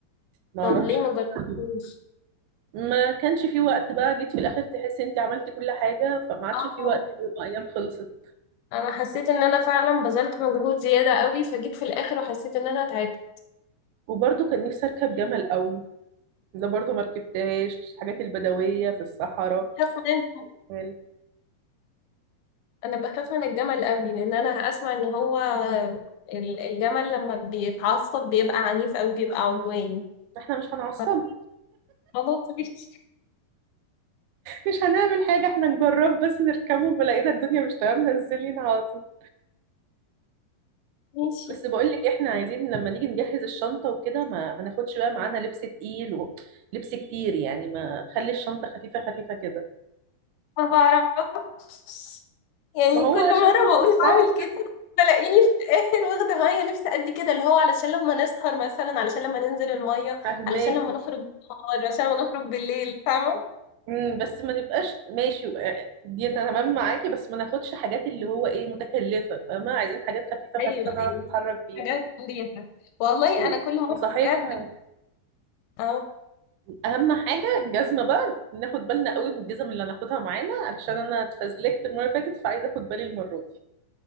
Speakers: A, on the right (about 85°); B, on the left (about 80°).
A: ما
B: طب
A: اعرفش
B: ليه ما
A: حاجة.
B: جربتوش
A: فيه. ما كانش في وقت بقى جيت في الاخر تحسي انتي عملتي كل حاجه فما عادش
B: اه
A: في وقت اليوم ايام خلصت
B: انا حسيت ان انا فعلا بذلت مجهود زيادة قوي فجيت في الاخر وحسيت ان انا تعبت
A: وبرضه كان نفسي اركب جمل قوي ده برضه ما ركبتهاش الحاجات البدويه في الصحراء
B: أخاف منهم
A: قال،
B: انا بخاف من الجمل قوي لان انا اسمع ان هو ال- الجمل لما بيتعصب بيبقى عنيف قوي بيبقى عدواني
A: احنا مش هنعصب
B: ف- خلاص ماشي
A: مش هنعمل حاجه احنا نجرب بس نركبه وبلاقينا الدنيا مش تمام نزلين على طول
B: ماشي
A: بس بقول لك احنا عايزين لما نيجي نجهز الشنطه وكده ما, ما ناخدش بقى معانا لبس تقيل ولبس كتير يعني ما خلي الشنطه خفيفه خفيفه كده
B: ما بعرفش يعني
A: ما هو
B: كل
A: عشان
B: مرة
A: مش
B: بقول
A: مستاهل
B: هعمل كده تلاقيني في الآخر واخدة معايا لبس قد كده اللي هو علشان لما نسهر مثلا علشان لما ننزل المية
A: فهماكي
B: علشان لما نخرج بالنهار علشان لما نخرج بالليل فاهمة؟
A: مم، بس ما نبقاش ماشي آه، دي أنا تمام معاكي بس ما ناخدش حاجات اللي هو ايه متكلفة فاهمة عايزين حاجات خفيفة
B: ايوه
A: خفيفة نعرف
B: ايوه
A: نتحرك بيها
B: حاجات مريحة والله
A: و-
B: أنا كل مرة
A: وصحيح
B: بجد
A: آه،
B: أهو
A: اهم حاجة الجزمة بقى ناخد بالنا قوي من الجزم اللي هناخدها معانا علشان انا اتفزلكت المرة اللي فاتت فعايزة اخد بالي المرة دي